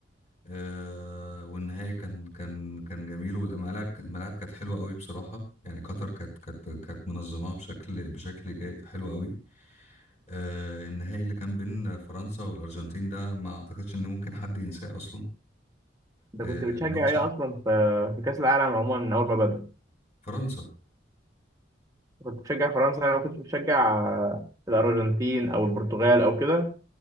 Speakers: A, on the left; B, on the right.
A: آه والنهائي كان كان كان جميل والملاعب كان- الملاعب كانت حلوة قوي بصراحة يعني قطر كانت كانت كانت منظماها بشكل بشكل جاي حلو قوي آه النهائي اللي كان بين فرنسا والأرجنتين ده ما اعتقدش ان ممكن حد ينساه اصلا
B: أنت
A: آه
B: كنت بتشجع
A: الماتش
B: إيه أصلا في في كأس العالم عموما من أول ما بدأ؟
A: فرنسا
B: كنت بتشجع فرنسا أنا ما كنتش بتشجع آه، الأرجنتين أو البرتغال أو كده؟